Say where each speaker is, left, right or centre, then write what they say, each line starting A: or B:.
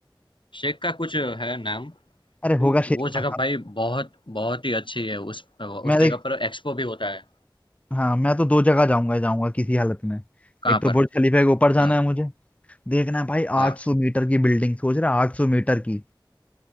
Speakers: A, on the left; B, on the left.
A: शेख का कुछ है नाम
B: अरे
A: तो
B: होगा शेर
A: वो
B: का
A: जगह
B: हाँ
A: भाई बहुत बहुत ही अच्छी है उस उस
B: मैं
A: जगह
B: एक
A: पर एक्सपो भी होता है
B: हाँ मैं तो दो जगह जाऊंगा ही जाऊंगा किसी हालत में
A: कहाँ
B: एक तो
A: पर
B: बुर्ज खलीफा के ऊपर जाना
A: कहाँ
B: है मुझे देखना है भाई
A: हाँ
B: 800 मीटर की बिल्डिंग सोच रहा 800 मीटर की